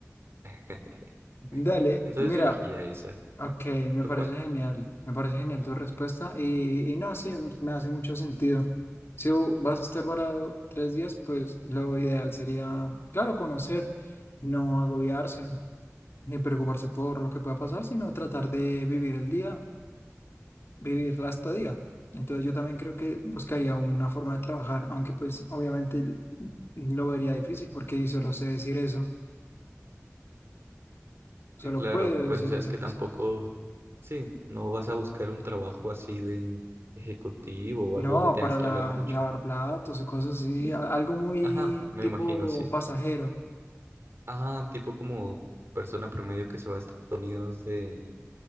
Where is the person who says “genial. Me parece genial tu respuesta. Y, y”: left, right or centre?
Left